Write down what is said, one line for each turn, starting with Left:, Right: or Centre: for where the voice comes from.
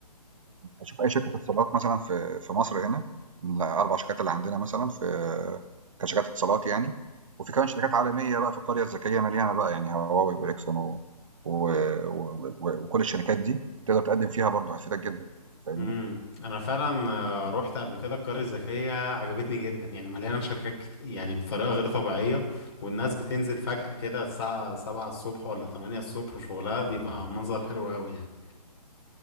Right: أشوف أي شركة اتصالات مثلًا في في مصر هنا من ال4 شركات اللي عندنا مثلًا في كشركات اتصالات يعني، وفي كمان شركات عالمية بقى في القرية الذكية مليانة بقى يعني هواواي وإريكسون و و و و وكل الشركات دي تقدر تقدّم فيها برضه هتفيدك جدًا، فاهمني؟
Left: امم انا فعلا آه، رحت قبل كده القرية الذكية عجبتني جدا يعني مليانة شركات كت- يعني بطريقة غير طبيعية والناس بتنزل فجأة كده الساعة سبعة الصبح ولا تمانية الصبح شغلها بيبقى منظر حلو قوي يعني